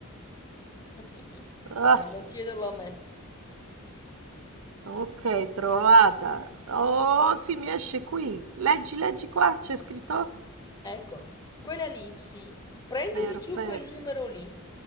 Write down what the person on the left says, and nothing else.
<laughs>
Guarda, non chiederlo a me.
Ecco, quella lì, sì. Prenditi
giù quel numero lì